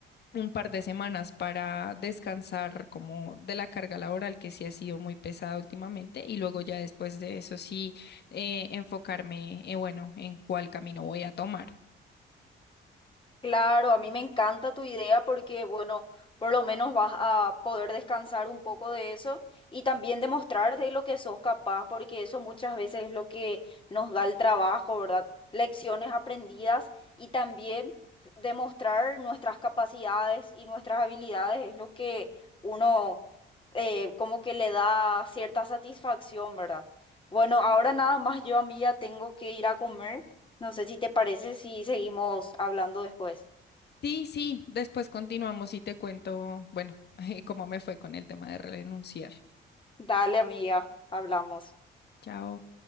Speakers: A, on the left; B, on the left.
A: un par de semanas para descansar como de la carga laboral que sí ha sido muy pesada últimamente y luego ya después de eso sí eh, enfocarme, eh, bueno, en cuál camino voy a tomar.
B: Claro, a mí me encanta tu idea porque, bueno, por lo menos vas a poder descansar un poco de eso y también demostrar de lo que sos capaz, porque eso muchas veces es lo que nos da el trabajo, ¿verdad? Lecciones aprendidas y también demostrar nuestras capacidades y nuestras habilidades es lo que uno eh, como que le da cierta satisfacción, ¿verdad? Bueno, ahora nada más yo, amiga, tengo que ir a comer. No sé si te parece si seguimos hablando después.
A: Sí, sí, después continuamos y te cuento, bueno, <laughs> cómo me fue con el tema de renunciar.
B: Dale, amiga, hablamos.
A: Chao.